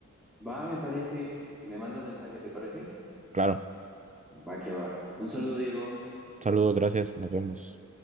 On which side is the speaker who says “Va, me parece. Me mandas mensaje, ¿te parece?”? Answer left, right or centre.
Centre